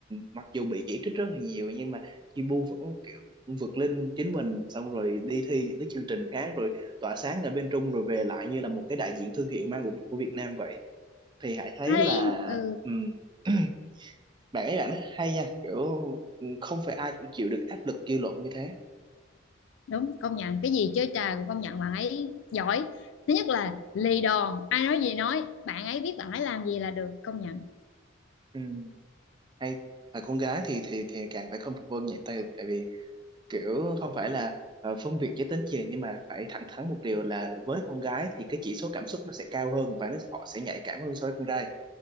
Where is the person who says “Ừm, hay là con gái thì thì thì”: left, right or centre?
Right